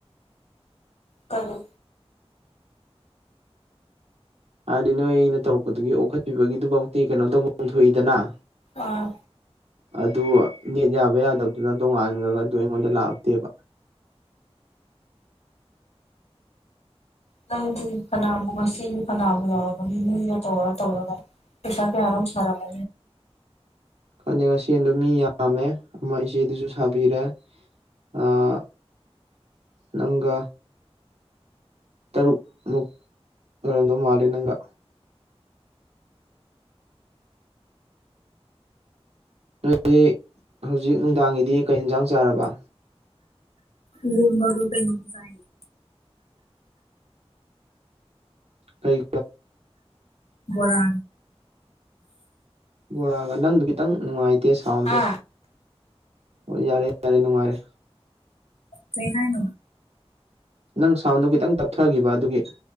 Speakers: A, on the left; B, on the right.
A: ꯀꯩꯅꯣ
B: ꯍꯥꯏꯗꯤ ꯅꯣꯏ ꯑꯩꯅ ꯇꯧꯔꯛꯄꯗꯨꯒꯤ ꯑꯣꯈꯠꯄꯤꯕꯒꯤꯗꯨꯐꯥꯎꯇꯤ ꯀꯩꯅꯣ ꯇꯧꯐꯝ ꯊꯣꯛꯏꯗꯅ
A: ꯑꯥ
B: ꯑꯗꯨ ꯅꯦꯠ ꯌꯥꯕ ꯌꯥꯗꯕꯗꯨꯅ ꯇꯣꯉꯥꯟꯈ꯭ꯔꯒ ꯑꯗꯨ ꯑꯩꯉꯣꯟꯗ ꯂꯥꯛꯇꯦꯕ
A: ꯅꯪꯗꯤ ꯐꯅꯥꯕꯨ ꯉꯁꯤꯗꯤ ꯐꯅꯥꯕꯨ ꯌꯥꯎꯔꯦ ꯇꯧꯔ ꯇꯧꯔ ꯄꯩꯁꯥ ꯀ ꯑꯔ ꯐꯔ <inaudible>
B: ꯈꯪꯗꯦ ꯉꯁꯤꯗꯣ ꯃꯤ ꯌꯥꯝꯃꯦ ꯑꯃ ꯏꯆꯦꯗꯨꯁꯨ ꯁꯥꯕꯤꯔꯦ ꯑꯥ ꯅꯪꯒ ꯇꯔꯨꯛꯃꯨꯛ ꯑꯣꯏꯔꯝꯗꯧ ꯃꯥꯂꯦ ꯅꯪꯒ ꯅ ꯍꯧꯖꯤꯛ ꯅꯨꯡꯗꯥꯡꯒꯤꯗꯤ ꯀꯩ ꯌꯦꯟꯖꯥꯡ ꯆꯥꯔꯕ
A: ꯢꯂꯣꯝꯕꯒ ꯀꯩꯅꯣꯝ ꯆꯥꯢ
B: ꯀꯩ
A: ꯕꯣꯔꯥ
B: ꯕꯣꯔꯥꯒ ꯅꯪꯒꯤꯗꯣ ꯈꯤꯇꯪ ꯅꯨꯡꯉꯥꯏꯇꯦ ꯁꯥꯎꯟꯗꯣ
A: ꯍꯥ
B: ꯑꯣ ꯌꯥꯔꯦ ꯌꯥꯔꯦ ꯅꯨꯡꯉꯥꯏꯔꯦ
A: ꯀꯩ ꯍꯥꯏꯅꯣ
B: ꯅꯪ ꯁꯥꯎꯟꯗꯨ ꯈꯤꯇꯪ ꯇꯞꯊꯈꯤꯕ ꯑꯗꯨꯒꯤ